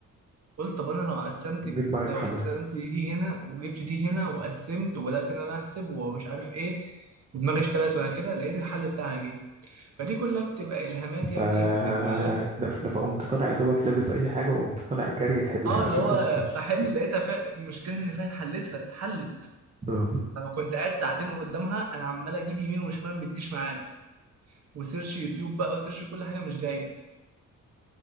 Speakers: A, on the right; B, on the right.
A: قلت طب انا لو قسمت
B: جيت معاك
A: لو
B: حلها
A: قسمت دي هنا وجبت دي هنا وقسمت وبدات ان انا احسب ومش عارف ايه ودماغي اشتغلت وانا كده لقيت الحل بتاعها جه فدي كلها بتبقى الهامات يعني
B: ف <laughs>
A: وبتجيلك
B: ده ف- ده فقمت طالع يا دوبك لابس اي حاجه وقمت طالع جري تحلها
A: اه
B: <laughs>
A: اللي
B: عشان
A: هو
B: ما تنساش
A: بحل لقيتها فا... المشكله ان فعلا حلتها اتحلت
B: آه.
A: انا كنت قاعد ساعتين قدامها انا عمال اجيب يمين وشمال ما بتجيش معايا وسيرش يوتيوب بقى وسيرش كل حاجه مش جايه